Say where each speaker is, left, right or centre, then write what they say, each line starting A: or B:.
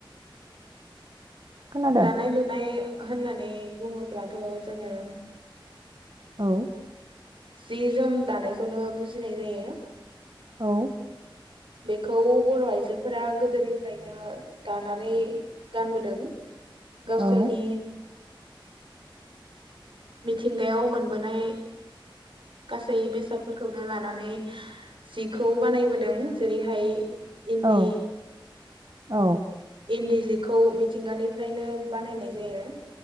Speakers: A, on the right; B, on the right.
A: खोनादों
B: दानाय-लुनाय होननानै बुङोब्लाथ' जोङो।
A: औ
B: जि जोम दानाय खौनो बुजिनाय जायो।
A: औ
B: बेखौ बर' आइजोफोरा गोदोनिफ्रायनो दानानै गानबोदों। गावसोरनि
A: औ
B: मिथिंगायाव मोनबोनाय गासै बेसाद फोरखौनो लानानै जिखौ बानायबोदों। जेरैहाय इन्दि
A: औ औ
B: इन्दि जि खौ मिथिंगानिफ्रायनो बानायनाय जायो।